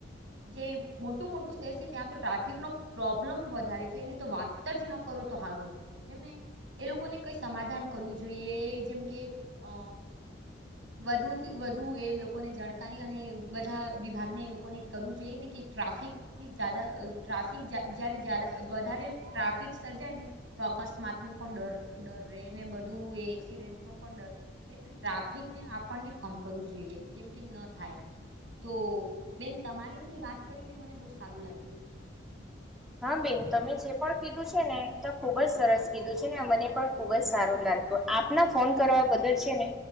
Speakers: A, on the right; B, in the centre.
A: જે મોટું મોટું શહેર છે ત્યાં તો ટ્રાફિક ન પ્રો્ બ્લમ વધારે છે એને તો વાત જ ન કરો તો સારું જેમને એ લોકોને કઈ સમાધાન કરવું જોઈએ જેમ કે અ
B: હ <inaudible> <unintelligible>
A: વધુ થી વધુ એ લોકોને જાણકારી અને બધા વિભાગને એ લોકોને કરવું જોઈએ ને કે ટ્રાફિક થી જદા ટ્રાફિક જારે વધારે ટ્રાફિક સર્જાય ને તો અકસ્માત નું પણ ડર ડર રહે ને બધું એ એક્સિડેન્ટ ન પણ ડર એટલે ટ્રાફિક ને આપણને કમ કરવું જોઈએ જેમ કે ન થાય તો બેન તમારીથી વાત કરીને મને બહુ સારું લાગ્યું
B: હા બેન તમે જે પણ કીધું છે ને ત ખુબ જ
A: હા
B: સરસ કીધું છે ને મને પણ ખુબ જ સારું લાગ્યું આપના ફોન કરવા બદલ છે ને